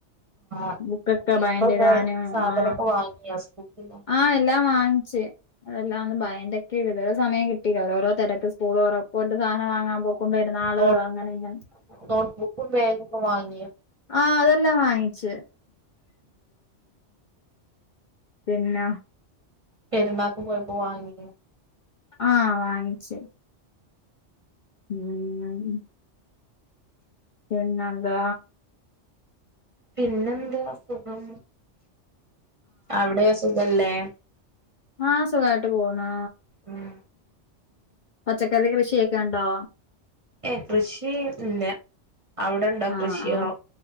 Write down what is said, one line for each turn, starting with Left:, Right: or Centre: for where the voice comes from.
Right: ആ
Left: ബുക്കൊക്കെ
Right: കുട്ടികൾക്കൊക്കെ
Left: ബയന്റിടാനും
Right: സാധനൊക്കെ
Left: ആ
Right: വാങ്ങിയ സ്കൂൾക്കുള്ള
Left: ആ എല്ലാം വാങ്ങിച്ച് അതെല്ലാം ഒന്ന് ബയന്റെക്കെ ഇതുവരെ സമയം കിട്ടീല്ല ഓരോരോ തരക്ക് സ്കൂള്തെറപ്പോട്ട് സാധനം വാങ്ങാൻ പോക്കു പെരുന്നാള്
Right: നോട്ട്
Left: അങ്ങനെ ഇങ്ങെ
Right: നോട്ട് ബുക്കും ബാഗുമുക്കെ വാങ്ങിയ
Left: ആ അതെല്ലാം വാങ്ങിച്ചേ പിന്നെ
Right: പെരുന്നാക്ക് പോയിപ്പോൾ വാങ്ങിനു
Left: ആ വാങ്ങിച്ചു ഉം ഉം പിന്നെന്താ
Right: പിന്നെന്ത് സുഖം അവിടെ സുഖല്ലേ
Left: ആ സുഖായിട്ട് പോണ്
Right: ഉം
Left: പച്ചക്ക- ചെറിയ കൃഷിയൊക്കെയുണ്ടോ
Right: ഏ കൃഷിയില്ല അവിടെണ്ടോ
Left: ആഹ്
Right: കൃഷിയോ
Left: ആഹ്